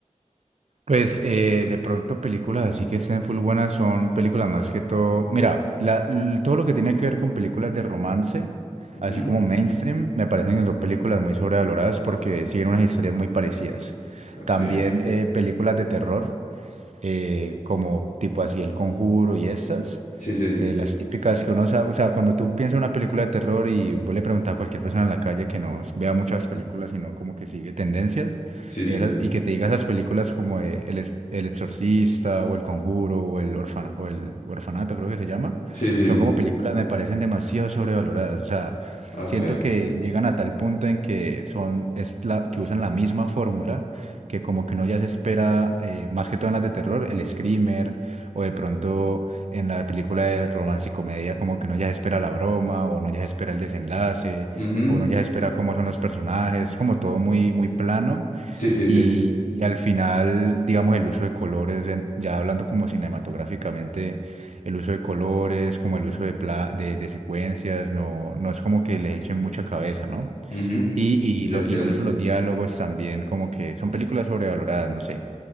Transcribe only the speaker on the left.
Ujú,
Ok.
Sí, sí, sí,
sí.
Sí, sí,
sí.
Sí, sí,
sí.
Ok.
Ujú,
Sí, sí,
sí.
Ujú,
Sí, sí,
es
cierto.